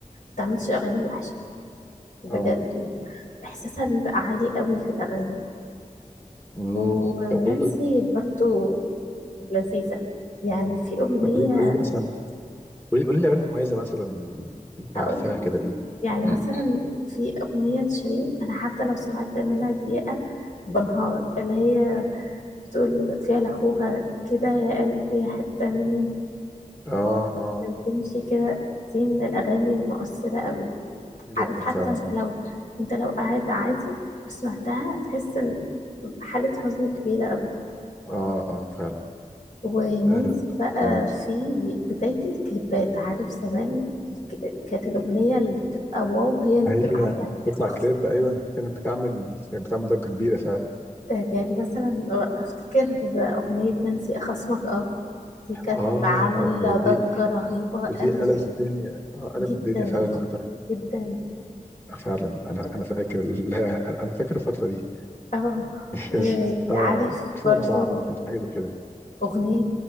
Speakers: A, on the left; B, on the left.
A: بتعملش أغاني وحشة بجد
B: اه
A: وإحساسها بيبقى عالي قوي في الأغاني
B: امم
A: ونانسي
B: طب قولي قولي-
A: برضو لذيذة يعني في أغنية
B: طب قولي قولي لي مثلا قولي قولي لي أغاني مميزة مثلا أنت
A: أقول
B: عارفاها كده ليه؟
A: يعني
B: مم.
A: مثلا في أغنية لشيرين أنا حتى لو سمعت منها دقيقة بنهار اللي هي بتقول فيها لأخوها كده يا قلبي حتة مني
B: آه آه
A: بتمشي كده دي من الأغاني المؤثرة قوي
B: جدا
A: عارف حتى
B: فعلا
A: أنت لو
B: آه
A: أنت لو قاعد عادي وسمعتها هتحس إن حالة حزن كبيرة قوي
B: آه آه فعلا
A: ونانسي
B: آه.
A: بقى
B: آه.
A: في بداية الكليبات عارف زمان الك- كانت الأغنية اللي بتبقى واو هي اللي
B: أيوه
A: بتبقى عاملة كليب
B: بيطلع
A: خطير
B: كليب أيوه كانت بتعمل كانت بتعمل ضجة كبيرة فعلا
A: يعني مثلا أفتكر أغنية نانسي أخصمك أه دي كانت
B: آه
A: عاملة
B: ده دي
A: ضجة رهيبة
B: دي
A: قوي
B: قلبت الدنيا آه قلبت
A: جدا
B: الدنيا فعلا وقتها
A: جدا
B: آه، فعلا أنا أنا فاكر ال- <laughs> أنا أنا فاكر الفترة دي
A: اه
B: كان
A: اه
B: آه
A: وعارف
B: كان 2004
A: برضو
B: 2005 حاجة زي كده
A: أغنية